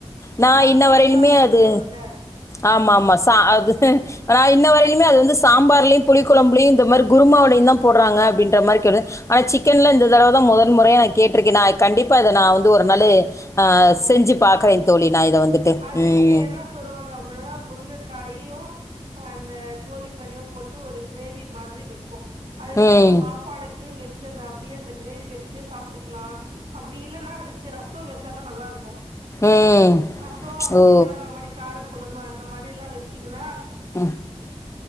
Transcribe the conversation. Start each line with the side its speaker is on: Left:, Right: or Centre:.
Left: நா
Right: ஏன்னா
Left: இன்ன
Right: முருங்கக்கா
Left: வரையிலுமே
Right: ஒடஞ்சிருல்ல
Left: அது ஆமா ஆமா ச அது நா இன்ன வரையிலுமே அது வந்து சாம்பார்லயு புளி கொழம்புலையு இந்த மாரி குருமாவளையு தா போடுறாங்க அப்டின்ற மாரி ஆனா சிக்கன்ல இந்த தடவ தா முதல் முறையா கேட்டிருக்கே நா கண்டிப்பா அதை நா வந்து ஒரு நாளு ஆ
Right: ஆமா
Left: செஞ்சு
Right: தோழி
Left: பாக்குறேன் தோழி நா இத வந்துட்டு
Right: அதுக்கு
Left: ம்
Right: என்ன சொல்லுவாங்க அப்படின்னா முருங்க கையு அந்த கோழிக்கறியு போட்டு ஒரு கிரேவி மாதிரி வைப்போ அது
Left: ம்
Right: நம்ம சாப்பாடு வச்சு அந்த அப்படியே அந்த கிரேவி வச்சு சாப்ட்டுக்கலா அப்படி இல்லைன்னா அதுக்கு ரச வச் ச்சாதா நல்லாருக்கு
Left: ம்
Right: ரச அப்டி
Left: ஓ
Right: இல்லன்னா அந்த மாரி கார பொழுமா அந்த மாரில்லா வச்சிங்கன்னா
Left: ம்